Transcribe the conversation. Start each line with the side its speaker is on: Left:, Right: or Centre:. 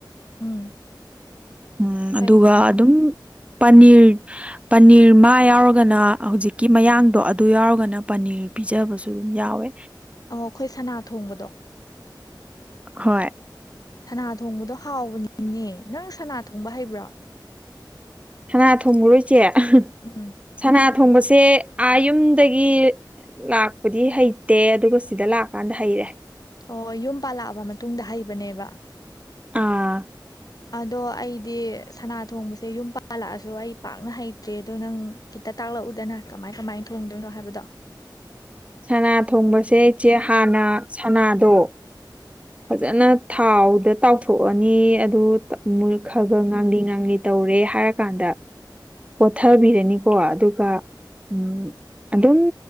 Left: ꯎꯝ
Right: ꯎꯨꯝ
Left: ꯐꯩ
Right: ꯑꯗꯨꯒ ꯑꯗꯨꯝ ꯄꯅꯤꯔ-ꯄꯅꯤꯔ ꯃꯥ ꯌꯥꯎꯔꯒꯅ ꯍꯧꯖꯤꯛꯀꯤ ꯃꯌꯥꯡꯗꯣ ꯑꯗꯨ ꯌꯥꯎꯔꯒꯅ ꯄꯅꯤꯔ ꯄꯤꯖꯕꯁꯨ ꯌꯥꯎꯋꯦ
Left: ꯑꯣ ꯑꯈꯣꯏ ꯁꯅꯥ ꯊꯣꯡꯕꯗꯣ
Right: ꯍꯣꯏ
Left: ꯁꯅꯥ ꯊꯣꯡꯕꯗꯣ ꯍꯥꯎꯕꯅꯤꯅꯦ ꯅꯪ ꯁꯅꯥ ꯊꯣꯡꯕ ꯍꯩꯕꯔ
Right: ꯁꯅꯥ ꯊꯣꯡꯕꯔꯣ ꯏꯁꯦ ꯑꯍ
Left: ꯎꯝ
Right: ꯁꯅꯥ ꯊꯣꯡꯕꯁꯦ ꯑꯥ ꯌꯨꯝꯗꯒꯤ ꯂꯥꯛꯄꯗꯤ ꯍꯩꯇꯦ ꯑꯗꯨꯒ ꯁꯤꯗ ꯂꯥꯛꯀꯥꯟꯗ ꯍꯩꯔꯦ
Left: ꯑꯣ ꯌꯨꯝ ꯄꯥꯜꯂꯛꯑꯕ ꯃꯇꯨꯡꯗ ꯍꯩꯕꯅꯦꯕ
Right: ꯑꯥ
Left: ꯑꯗꯣ ꯑꯩꯗꯤ ꯁꯅꯥ ꯊꯣꯡꯕꯁꯦ ꯌꯨꯝ ꯄꯥꯜꯂꯛꯑꯁꯨ ꯑꯩ ꯄꯥꯛꯅ ꯍꯩꯇ꯭ꯔꯦ ꯑꯗꯣ ꯅꯪ ꯈꯤꯇ ꯇꯥꯛꯂꯛꯎꯗꯅ ꯀꯃꯥꯏ-ꯀꯃꯥꯏꯅ ꯊꯣꯡꯗꯣꯏꯅꯣ ꯍꯥꯏꯕꯗꯣ
Right: ꯁꯅꯥ ꯊꯣꯡꯕꯁꯦ ꯏꯆꯦ ꯍꯥꯟꯅ ꯁꯅꯥ ꯗꯣ ꯐꯖꯅ ꯊꯥꯎꯗ ꯇꯥꯎꯊꯣꯛꯑꯅꯤ ꯑꯗꯨ ꯃꯨꯜ ꯈꯒ ꯉꯥꯡꯂꯤ ꯉꯥꯡꯂꯤ ꯇꯧꯔꯦ ꯍꯥꯏꯔꯀꯥꯟꯗ ꯀꯣꯊꯕꯤꯔꯅꯤꯀꯣ ꯑꯗꯨꯒ ꯎꯝ ꯑꯗꯨꯝ